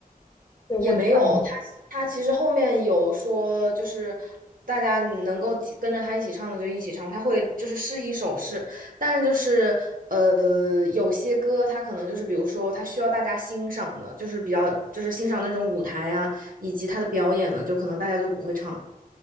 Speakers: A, on the left (about 30°); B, on the right (about 65°).
A: <laughs> 就问看你。
B: 也没有，他他其实后面有说，就是大家能够几跟着他一起唱的就一起唱，他会就是试一首试，但是就是呃有些歌他可能就是比如说他需要大家欣赏的，就是比较就是欣赏那种舞台啊，以及他的表演呢，就可能大家就不会唱。